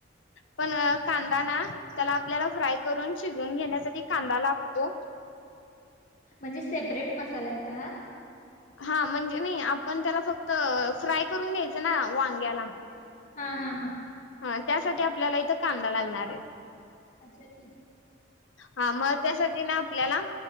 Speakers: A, on the left (about 80°); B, on the left (about 40°).
A: पण कांदा ना त्याला आपल्याला फ्राय करून शिजून घेण्यासाठी कांदा ला तो
B: म्हणजे सेपरेट मसाला आहे का हा?
A: हा म्हणजे नाही आपण त्याला फक्त फ्राय करून घ्यायच ना वांग्याला.
B: हा हा हा
A: ह त्यासाठी आपल्याला इथं कांदा लागणार आहे.
B: अच्छा ठीकए
A: हा मग त्यासाठी ना आपल्याला